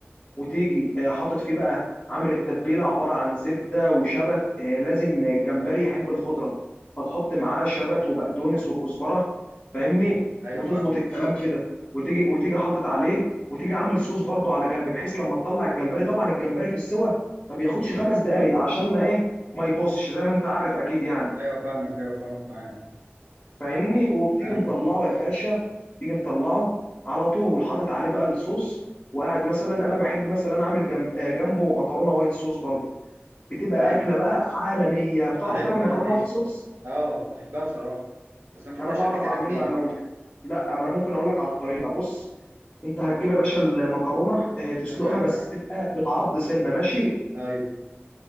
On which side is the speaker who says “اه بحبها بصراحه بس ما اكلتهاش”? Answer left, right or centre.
Right